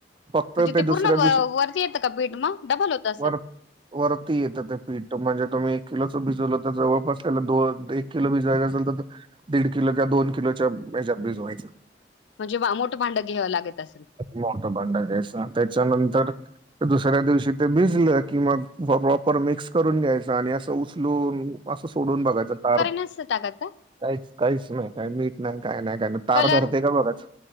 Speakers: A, on the right; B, on the left.
A: फक्त
B: म्हणजे ते
A: दुसऱ्या
B: पूर्ण वरती
A: दिवशी
B: येतं का पिठ मग डबल होत असेल?
A: वर वरती येतं ते पीठ म्हणजे तुम्ही एक किलोचं भिजवलं तर जवळपास त्याला दोन एक किलो भिजवायचं असेल तर दीड किलोच्या दोन किलोच्या ह्याच्यात भिजवायचं.
B: म्हणजे मोठं भांडं घ्यावं लागत असलं?
A: मोठं भांडा घ्यायच त्याच्यानंतर तर दुसऱ्या दिवशी ते भिजलं किंवा प्रॉपर मिक्स करून घ्यायचं आणि असं उचलून असं सोडून बघायचं तार
B: अस टाकत का?
A: काहीच काहीच नाही काय मीठ नाही काय नाही काय नाही तार
B: कलर
A: धरते का बघाच.